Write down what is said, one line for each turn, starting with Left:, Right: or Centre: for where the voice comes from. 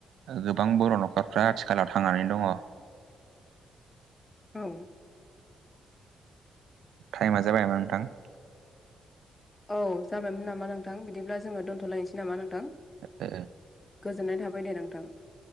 Right: गोबां बर' न'खरफ्रा आथिखालाव थांनानै दङ।
Left: औ
Right: टाइमा जाबाय मोन नोंथां।
Left: औ जाबायमोन नामा नोंथां बिदिब्ला जोङो दोन्थ'लायनोसै नामा नोंथां।
Right: ओ
Left: गोजोननाय थाबाय दे नोंथां।